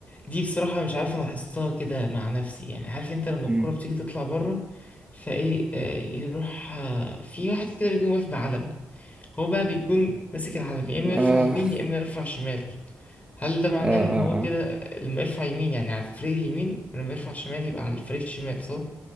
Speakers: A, on the left; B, on the right.
A: دي بصراحة مش عارف أنا لاحظتها كده مع نفسي يعني عارف أنت لما
B: مم.
A: الكرة بتيجي تطلع بره فإيه آه، يروح آه، في واحد كده بيكون واقف بعلم هو بقى بيكون ماسك العلم يا إما
B: اه
A: يرفع يمين يا إما يرفع شمال هل ده معناه
B: اه
A: إن
B: اه,
A: هو كده
B: آه.
A: لما يرفع يمين يعني على الفريق اليمين ولما يرفع شمال يبقى على الفريق الشمال صح؟